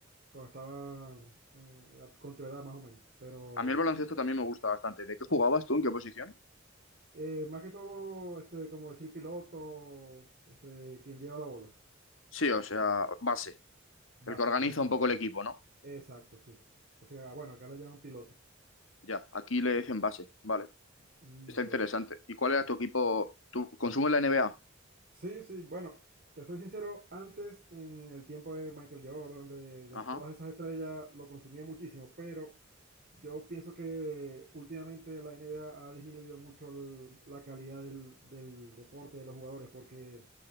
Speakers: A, on the right; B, on the left.
A: cuando estaba eh, a- con tu edad más o menos. Pero
B: A mí el baloncesto también me gusta bastante. ¿De qué jugabas tú? ¿En qué posición?
A: eh, más que todo, este, como decir piloto, este, quien lleva la bola.
B: Sí, o sea, base.
A: Base,
B: El que organiza
A: correcto.
B: un poco el equipo, ¿no?
A: Exacto, sí. O sea, bueno, acá le llaman piloto.
B: Ya, aquí le dicen base. Vale.
A: Mm,
B: Está
A: ok.
B: interesante. ¿Y cuál era tu equipo? ¿Tú consumes la NBA?
A: Sí, sí, bueno, te soy sincero, antes en el tiempo de Michael Jordan, de, de
B: Ajá.
A: todas esas estrellas, lo consumía muchísimo, pero yo pienso que últimamente la NBA ha disminuido mucho el- la calidad del, del deporte de los jugadores, porque